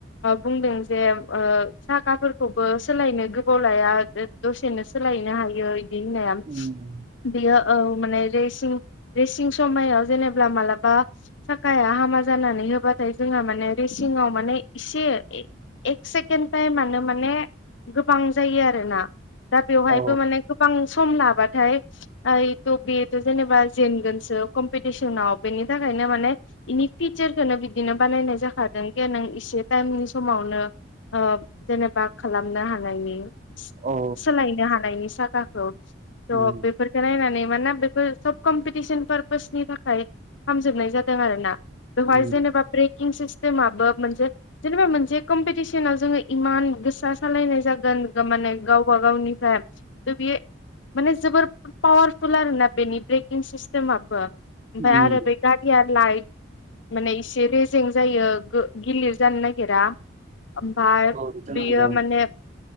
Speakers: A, on the left (about 70°); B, on the right (about 35°).
A: बुंदों जे ओ साखाफोरखौबो सोलायनो गोबाव लाया दसेनो सोलाय नो हायो इदि होननाया
B: उम
A: बियो औ माने रेसिं रेसिं समायाव जेनेबा मालाबा साखाया हामा जानानै हो बाथाय जोंहा माने रेसिंआव माने एसे एक सेकेड टाइमानो माने गोबां जायो आरोना दा बेवहायबो
B: औ
A: माने गोबां सम ला बाथाय ओय थ' बेथ' जेनेबा जेनगोनसो कम्पिटिसनाव बेनि थाखायनो माने बेनि फिचारखौनो बिदिनो बानायनाय जाखादों जे नों इसे टाइमनि समावनो ओ जेनेबा खालामनो हानायनि
B: औ
A: सोलायनो हानायनि साखाखौ थह
B: उम
A: बेफोरखौ नायनानै मानोना बे फोर सब कम्पिटिसन पार्पोसनि थाखाय खामजोबनाय जादों आरोना बेवहाय
B: उम
A: जेनेबा किं सिस्टेमाबो मोनसे जेनेबा मोनसे कम्पिटिसनाव जोङो इमान गोसा सालायनाय जागो न गो माने गावबा गावनिफाय थ बे माने जोबोर पावारफुल आरोना बेनि ब्रेकिं सिस्टेमाबो ओमफाय
B: उम
A: आरो बे गारिया लाइट माने इसे रे जें जायो गो- गिलिर जानो नागिरा ओमफाय
B: औ बेथ'
A: बियो
B: नंगौ
A: माने